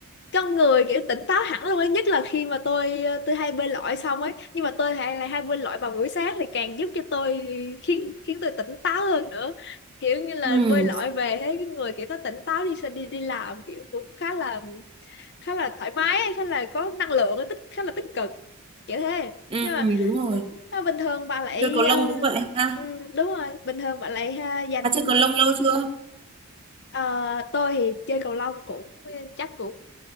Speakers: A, on the left (about 50°); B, on the right (about 25°).
A: con người kiểu tỉnh táo hẳn luôn ấy nhất là khi mà tôi ờ, tôi hay bơi lội xong ấy nhưng mà tôi hay lại hay bơi lội vào buổi sáng thì càng giúp cho tôi khiến khiến tôi tỉnh táo hơn nữa kiểu như là
B: ừ,
A: bơi lội về thấy cái người kiểu nó tỉnh táo đi đi đi làm kiểu cũng khá là khá là thoải mái ấy, khá là có năng lượng ấy, tích khá là tích cực kiểu thế
B: ừ
A: nhưng
B: ừ,
A: mà
B: đúng rồi
A: ừ, bình thường bà lại
B: chơi cầu lông
A: ờ,
B: cũng vậy ha
A: ừ, đúng rồi bình thường bạn lại ha, dành
B: bà chơi cầu lông lâu chưa
A: Ờ, tôi thì chơi cầu lông cũng ờ, chắc cũng